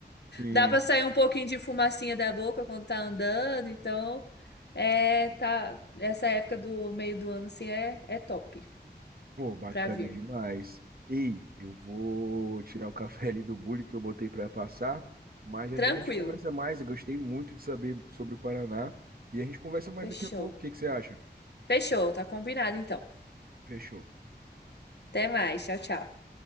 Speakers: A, on the right; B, on the left.
A: Sim.
B: dá pra sair um pouquinho de fumacinha da boca quando tá andando, então é tá essa época do meio do ano assim é é top
A: Pô, bacana
B: pra vir.
A: demais. Ei, eu vou tirar o café ali do bule que eu botei para passar, mas já
B: Tranquilo.
A: já a gente conversa mais. Eu gostei muito de saber sobre o Paraná e a gente conversa mais
B: Fechou.
A: daqui a pouco. O que que você acha?
B: Fechou, tá combinado então.
A: Fechou.
B: Até mais, tchau, tchau.